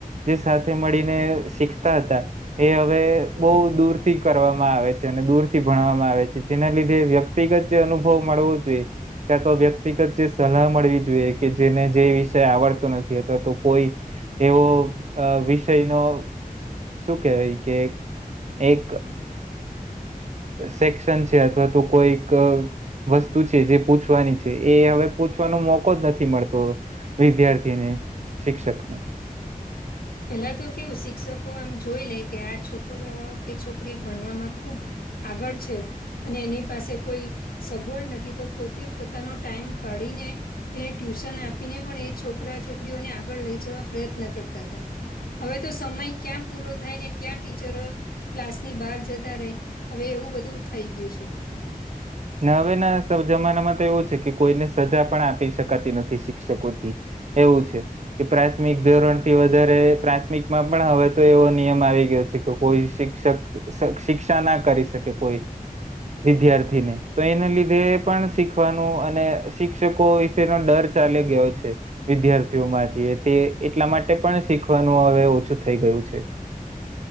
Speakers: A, on the right (about 50°); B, on the left (about 80°).
A: જે સાથે મળીને. શીખતા હતા એ હવે બો દૂર થી કરવામાં આવે છે અને દૂર થી ભણવામાં આવે છે, જેના લીધે વ્યક્તિગત જે અનુભવ મળવો જોઈએ ત્યાં તો વ્યક્તિગત જે સલાહ મળવી જોઈએ કે જેને જે વિષય આવડતો નથી અથવા તો કોઈ એવો વિષય ન શું કેવાય કે એક સેક્શન છે, અથવા તો કોઈક વસ્તુ છે જે પૂછવાની છે એ હવે પૂછવાનો મોકો જ નથી મળતો વિદ્યાર્થીને. શિક્ષકને.
B: પેલા તો કેવું શિક્ષકો એમ જોઈ લે કે આ છોકરા કે છોકરી ભણવામાં ખુબ. આગળ છે અને એની પાસે કોઈ સગવડ નથી તો પોતે પોતાનો ટાઈમ. પાડીને એને ટ્યુશન આપીને પણ એ છોકરા છોકરીઓને આગળ લઈ જવા પ્રયત્ન કરતા. હવે તો સમય ક્યાં પૂરો થાય ને ક્યાં ટીચરો ક્લાસની બહાર જતા રહે હવે એવું બધું થઈ ગયું છે.
A: હવેના જમાનામાં તો એવું છે કે કોઈને સજા પણ આપી શકાતી નથી શિક્ષકોથી. એવું છે કે પ્રાથમિક ધોરણ થી વધારે પ્રાથમિક માં પણ હવે તો એવો નિયમ આવી ગયો. કે કોઈ શિક્ષક શિક્ષા ના કરી શકે કોઈ વિદ્યાર્થીને. તો એના લીધે પણ શીખવાનું અને શિક્ષકો વિશેનો ડર ચાલે ગયો છે વિદ્યાર્થીઓ માંથી તે એટલા માટે પણ શીખવાનું હવે ઓછું થઈ ગયું છે <inaudible> <unintelligible>